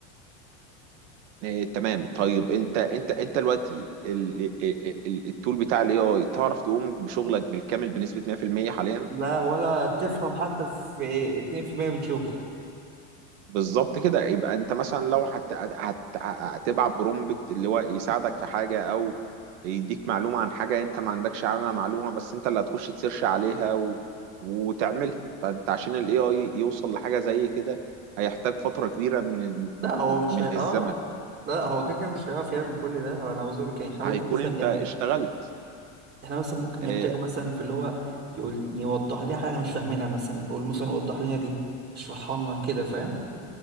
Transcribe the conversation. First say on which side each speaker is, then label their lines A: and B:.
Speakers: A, on the right; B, on the right.
A: إيه، تمام طيب انت انت انت دلوقتي ال- ال- ال- التول بتاع الاي اي تعرف تقوم بشغلك بالكامل بنسبة 100% حاليا
B: لا ولا تفهم حتى في 2% من شغل
A: بالظبط كده يبقى انت مثلا لو هت... هت... هتبعت برومبت اللي هو يساعدك في حاجة او يديك معلومة عن حاجة انت ما عندكش عنها معلومة بس انت اللي هتخش تسيرش عليها و... وتعملها فانت عشان الاي اي يوصل لحاجة زي كده هيحتاج فترة كبيرة من
B: لا هو مش
A: من
B: هي اه
A: الزمن
B: لا لا هو كده كده مش هيعرف يعمل كل ده هو انا بقول لك يعني احنا ممكن
A: هيكون
B: مثلا
A: انت
B: إيه،
A: اشتغلت
B: احنا مثلا ممكن
A: آه،
B: يحتاجوا مثلا في اللي هو يقول يوضح لنا حاجه مش فاهمينها مثلا يقول مثلا وضح لنا دي اشرحها لنا كده فاهم